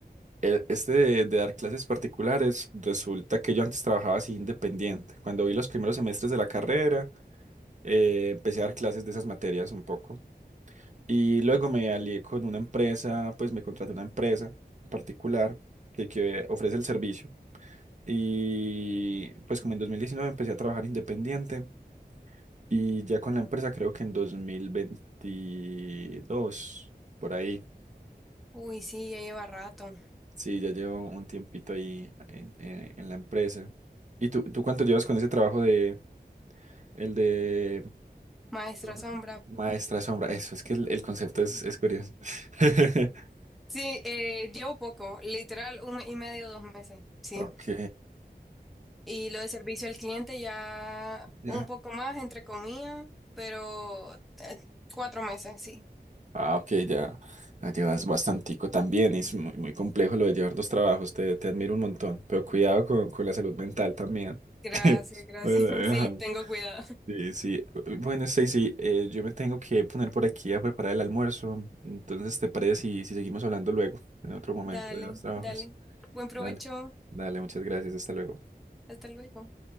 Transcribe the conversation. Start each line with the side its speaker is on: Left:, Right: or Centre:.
Right: el- este de, de dar clases particulares, resulta que yo antes trabajaba así independiente. Cuando vi los primeros semestres de la carrera, eh, empecé a dar clases de esas materias un poco. Y luego me alié con una empresa, pues me contraté una empresa particular que, que ofrece el servicio. Y pues como en 2019 empecé a trabajar independiente y ya con la empresa creo que en 2022, por ahí.
Centre: Uy, sí, ya lleva rato.
Right: Sí, ya llevo un tiempito ahí en, eh, en la empresa. ¿Y tú, tú cuánto llevas con ese trabajo de el de
Centre: Maestra
Right: profe-
Centre: Sombra.
Right: maestra sombra? Eso, es que el, el concepto es, es curioso. <laughs>
Centre: Sí, eh, llevo poco, literal un mes y medio, dos meses, sí.
Right: Ok,
Centre: Y lo de servicio al cliente ya
Right: ya.
Centre: un poco más, entre comillas, pero eh, cuatro meses, sí.
Right: Ah, ok, ya. La llevas bastantico también. Es muy, muy complejo lo de llevar dos trabajos. Te, te admiro un montón. Pero cuidado con, con la salud mental también.
Centre: Gracias,
Right: <laughs>
Centre: gracias.
Right: Bueno,
Centre: <laughs> Sí,
Right: ajá.
Centre: tengo cuidado.
Right: Sí, sí. Bueno, Stacy, eh, yo me tengo que poner por aquí a preparar el almuerzo. Entonces, ¿te parece si, si seguimos hablando luego, en otro momento
Centre: Dale,
Right: de los trabajos?
Centre: dale. Buen provecho.
Right: Dale, dale, muchas gracias. Hasta luego.
Centre: Hasta luego.